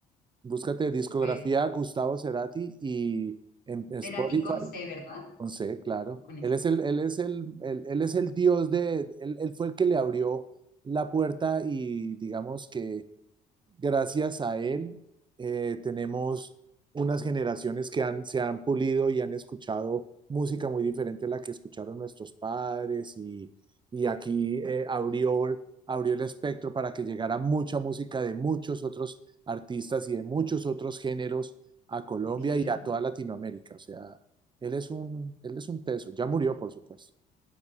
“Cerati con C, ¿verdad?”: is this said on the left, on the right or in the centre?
Left